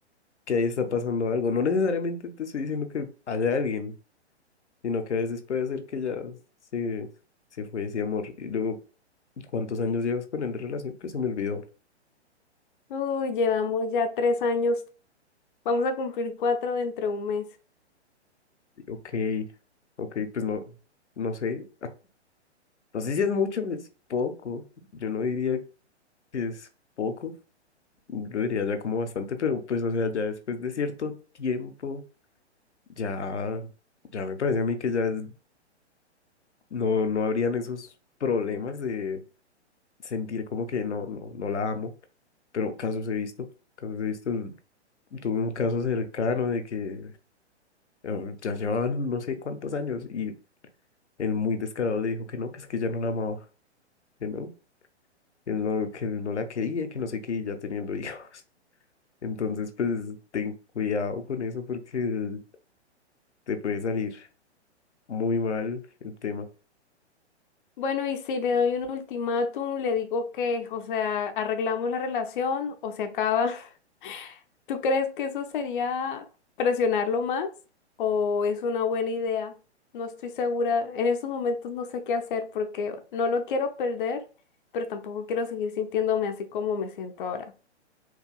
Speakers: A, on the left; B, on the left.
A: que ahí está pasando algo. No necesariamente te estoy diciendo que haya alguien, sino que a veces puede hacer que ya se, se fue ese amor. Y luego, ¿cuántos años llevas con él de relación? Pues se me olvidó.
B: Uy, llevamos ya tres años, vamos a cumplir cuatro dentro de un mes.
A: Ok, ok, pues no, no sé. No sé si es mucho, o es poco. Yo no diría que es poco. Lo diría ya como bastante, pero pues, o sea, ya después de cierto tiempo, ya, ya me parece a mí que ya es- no, no habrían esos problemas de sentir como que no, no, no la amo, pero casos he visto, casos he visto, tuve un caso cercano de que eh, ya llevaban no sé cuántos años y el muy descarado le dijo que no, que es que ya no la amaba, que no, que no, que no la quería, que no sé qué, y ya teniendo hijos. <laughs> Entonces, pues, ten cuidado con eso porque te puede salir muy mal el tema.
B: Bueno, y si le doy un ultimátum, le digo que, o sea, arreglamos la relación o se acaba. <laughs> ¿Tú crees que eso sería presionarlo más o es una buena idea? No estoy segura. En estos momentos no sé qué hacer porque no lo quiero perder, pero tampoco quiero seguir sintiéndome así como me siento ahora.